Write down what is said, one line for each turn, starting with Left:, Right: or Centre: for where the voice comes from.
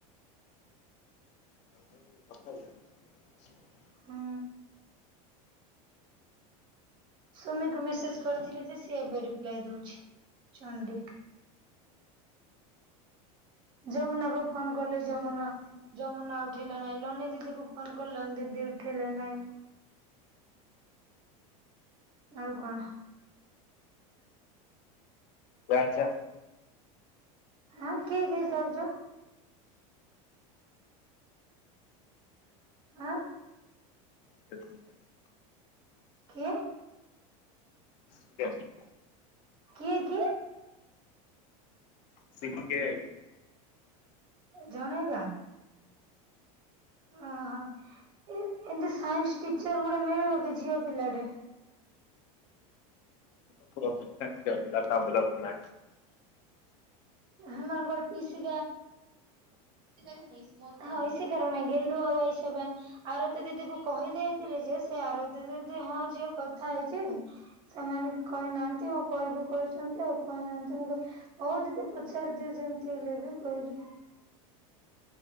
Left: <unintelligible>
Right: ହୁଁ ସୁମିକୁ ମେସେଜ କରିଥିଲେ ଯେ ସିଏ ଏବେ ରିପ୍ଲାଏ ଦଉଛି ଚଣ୍ଡୀ। ଯମୁନା କୁ ଫୋନ କଲି ଯମୁନା ଯମୁନା ଉଠିଲେ ନାଇଁ ଲୋନି ଦିଦି କୁ ଫୋନ ଲୋନ ଦିଦି ଉଠିଲେ ନାଇଁ। ଆଉ କଣ?
Left: <unintelligible>
Right: ଆଉ କିଏ କି ଯାଉଚ? ଆ?
Left: <unintelligible>
Right: କିଏ?
Left: <unintelligible>
Right: କିଏ କିଏ?
Left: <unintelligible>
Right: ଜଣେକା? ଓହୋ ଏନ୍ତି ସାଇନ୍ସ ଟିଚର ଗୋଟେ ମିଳିବ କି ଝିଅ ପିଲା ଟେ?
Left: <unintelligible>
Right: <unintelligible> ହଁ <unintelligible> ଆଉ ଆଇସା ପାଇଁ <unintelligible> ଆରତୀ ଦିଦି କୁ କହିଦେଇଥିଲି ଯେ ସେ ଆରତୀ ଦିଦି ହଁ ଝିଅ କଥା ହେଇଚି ସେମାନେ କହିନାହାନ୍ତି ଆଉ କହିବୁ କହୁଛନ୍ତି ଆଉ କହିନାହାନ୍ତି ମୁଁ କି ହଉ ଦିଦି ପଚାରିଦିଅ ଯେମିତି ହେଲେ ବି କହିଲି।